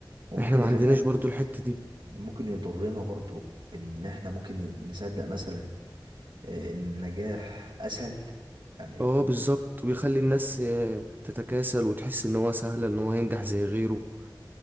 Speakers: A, on the right (about 80°); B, on the right (about 25°).
A: وممكن
B: احنا ما
A: يخلينا
B: عندناش برضو الحتة دي
A: ممكن يضرنا برضو بإن إحنا ممكن نصدق مثلا آه، إن النجاح أسهل يعني
B: اه بالظبط ويخلي الناس آه، تتكاسل وتحس ان هو سهل ان هو ينجح زي غيره